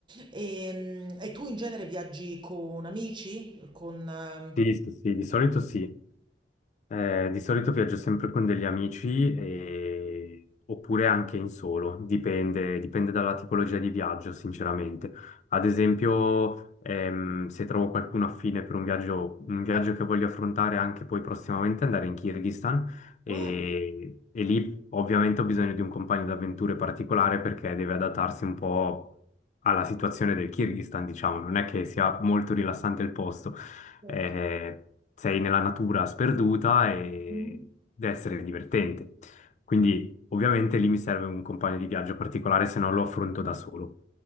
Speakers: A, on the right; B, on the left.
A: Ehm, e tu in genere viaggi con amici? Con... ehm,
B: Sì, sì, sì, di solito sì. Eh, di solito viaggio sempre con degli amici e- oppure anche in solo, dipende, dipende dalla tipologia di viaggio, sinceramente. Ad esempio, ehm, se trovo qualcuno affine per un viaggio, un viaggio che voglio affrontare anche poi prossimamente, andare in Kirghizistan e,
A: Ah,
B: e lì ovviamente ho bisogno di un compagno d'avventure particolare perché deve adattarsi un po' alla situazione del Kirghizistan, diciamo, non è che sia molto rilassante il posto
A: perfetto.
B: eh, sei nella natura sperduta e
A: Mm.
B: deve essere divertente. Quindi ovviamente lì mi serve un compagno di viaggio particolare, se no lo affronto da solo.